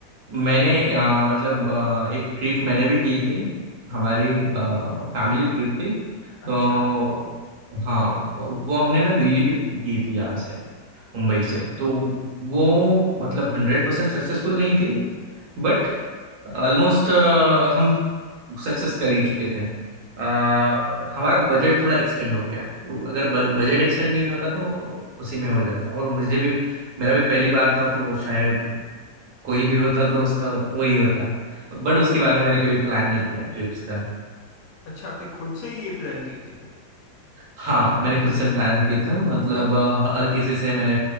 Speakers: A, on the right; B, on the left.
A: मैंने अ, मतलब अ, एक ट्रिप मैंने भी की थी हमारी फैमिली ट्रिप थी
B: अच्छा
A: तो हाँ वो वो हमने ना दिल्ली की की थी यहाँ से मुंबई
B: अच्छा
A: से तो वो मतलब हंड्रेड परसेंट सक्सेसफुल नहीं थी बट ऑलमोस्ट हम सक्सेस कर ही चुके थे अ, हमारा बजट थोड़ा एक्सटेंड हो गया तो अगर बजट एक्सटेंड नहीं होता तो उसी में हो जाता और मुझे भी मेरा भी पहली बार था तो शायद कोई भी होता तो उसका वही होता बट उसके बारे में मैंने कभी प्लान नहीं किया ट्रिप्स का
B: अच्छा आपने खुद से ही ये प्लान की थी फिर
A: हाँ मैंने खुद से प्लान किए थे मतलब अ, हर किसी से मैंने